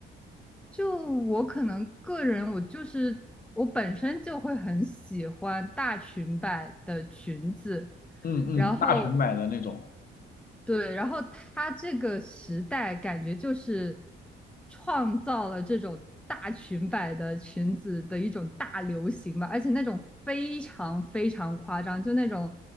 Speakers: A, in the centre; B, on the left (about 45°).
A: 就我可能个人，我就是我本身就会很喜欢大裙摆的裙子，
B: 嗯嗯，
A: 然后
B: 大熊买的那种，
A: 对，然后他这个时代感觉就是创造了这种大裙摆的裙子的一种大流行吧，而且那种非常非常夸张，就那种